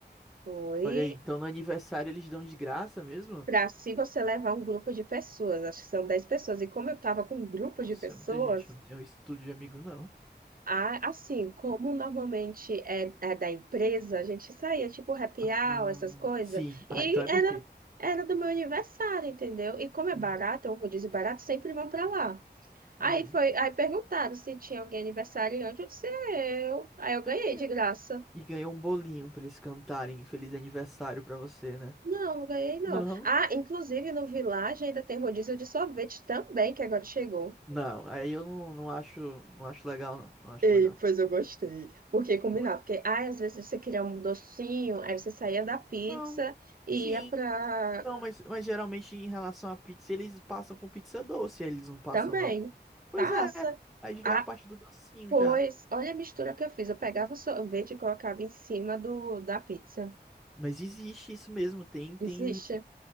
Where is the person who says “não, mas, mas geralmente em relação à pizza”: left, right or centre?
Centre